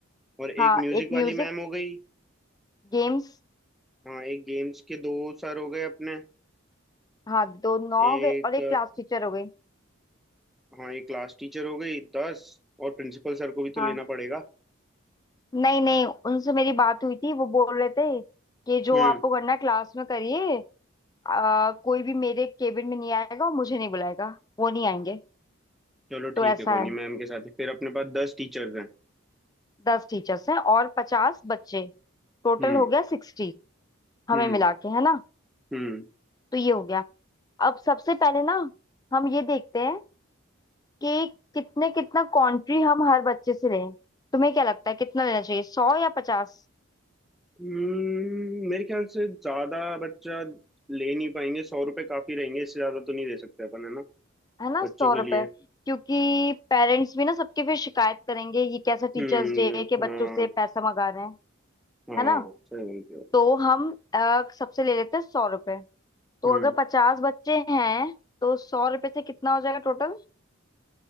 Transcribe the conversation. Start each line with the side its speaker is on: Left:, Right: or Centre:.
Centre: और
Left: हाँ
Centre: एक म्यूजिक
Left: एक
Centre: वाली
Left: म्यूजिक
Centre: मैम हो गई
Left: गेम्स
Centre: हाँ एक गेम्स के दो सर हो गए अपने
Left: हाँ दो नौ
Centre: एक
Left: हो गए और एक क्लास टीचर हो गई
Centre: अ, हाँ एक क्लास टीचर हो गई दस और प्रिंसिपल सर को भी
Left: हाँ
Centre: तो लेना पड़ेगा
Left: नहीं नहीं उनसे मेरी बात हुई थी वो बोल रहे थे कि जो
Centre: हम्म
Left: आपको करना है क्लास में करिए आ, कोई भी मेरे केबिन में नहीं आएगा और मुझे नहीं बुलाएगा वो नहीं आएंगे
Centre: चलो
Left: तो
Centre: ठीक
Left: ऐसा
Centre: है कोई नहीं
Left: है
Centre: मैम के साथ ही फिर अपने पास दस टीचर्स हैं
Left: दस टीचर्स हैं और पचास बच्चे टोटल
Centre: हम्म
Left: हो गया सिक्सटी हमें
Centre: हम्म
Left: मिला के है ना
Centre: हम्म
Left: तो ये हो गया अब सबसे पहले ना हम ये देखते हैं कि कितने कितना कंट्री हम हर बच्चे से लें तुम्हें क्या लगता है कितना लेना चाहिए सौ या पचास
Centre: हम्म, मेरे ख्याल से ज्यादा बच्चा ले नहीं पाएंगे सौ रुपये काफी रहेंगे इससे ज्यादा तो नहीं दे सकते अपन है ना
Left: है ना
Centre: बच्चों
Left: सौ
Centre: के
Left: रुपए
Centre: लिए
Left: क्योंकि पेरेंट्स भी ना सबके फिर शिकायत करेंगे ये कैसा टीचर्स
Centre: हम्म
Left: डे है कि बच्चों
Centre: हाँ
Left: से पैसा मंगा रहे हैं
Centre: हाँ
Left: है ना
Centre: सही बोलते हो
Left: तो हम अ, सबसे ले लेते हैं सौ रुपए तो
Centre: हम्म
Left: अगर पचास बच्चे हैं तो सौ रुपए से कितना हो जाएगा टोटल